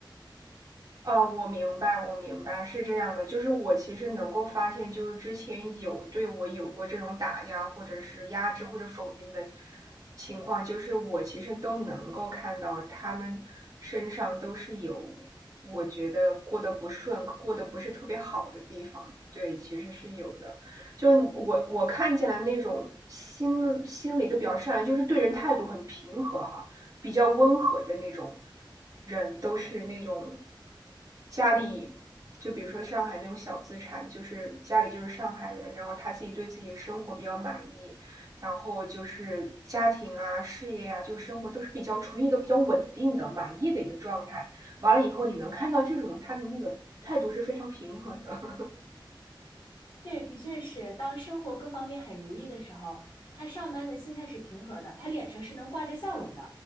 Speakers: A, on the right; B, on the left.
A: 哦，我明白，我明白，是这样的，就是我其实能够发现，就是之前有对我有过这种打压，或者是压制或者否定的情况，就是我其实都能够看到他们身上都是有我觉得过得不顺、过得不是特别好的地方，对，其实是有的。就我我看起来那种心心里都比较善良，就是对人态度很平和哈，比较温和的那种人，都是那种家里，就比如说上海那种小资产，就是家里就是上海人，然后他自己对自己的生活比较满意，然后就是家庭啊、事业啊，就生活都是比较处于一个比较稳定的、满意的一个状态。完了以后，你能看到这种他的那个态度是非常平和的。
B: 对，的确是，当生活各方面很如意的时候，他上班的心态是平和的，他脸上是能挂着笑容的，